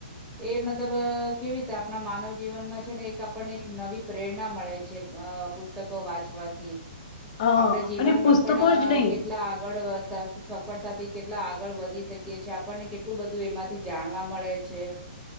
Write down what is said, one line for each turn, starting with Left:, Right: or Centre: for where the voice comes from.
Centre: એ મતલબ કેવી રીતે આપણા માનવ જીવનમાં છે ને એક આપણને એક નવી પ્રેરણા મળે છે. પુસ્તકો વાંચવાથી.
Left: હ
Centre: આપડે જીવનમાં
Left: અને પુસ્તકો
Centre: પણ
Left: જ નહીં
Centre: કેટલા આગળ સફળતાથી કેટલા આગળ વધી શકીએ છીએ આપણને કેટલું બધું એમાંથી જાણવા મળે છે